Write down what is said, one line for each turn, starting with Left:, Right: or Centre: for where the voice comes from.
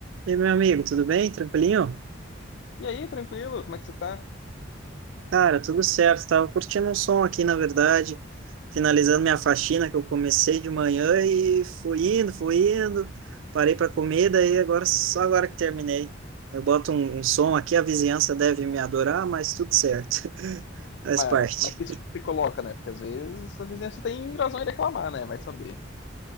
Right: E aí, meu amigo, tudo bem? Tranquilinho?
Left: E aí, tranquilo? Como é que você tá?
Right: Cara, tudo certo. Tava curtindo um som aqui, na verdade, finalizando minha faxina que eu comecei de manhã e fui indo, fui indo. Parei para comer, daí agora só agora que terminei. Eu boto um, um som aqui, a vizinhança deve me adorar, mas tudo certo. <laughs> Faz
Left: Mas,
Right: parte.
Left: mas que isso que se coloca, né? Porque às vezes a vizinhança tem razão em reclamar, né? Vai saber.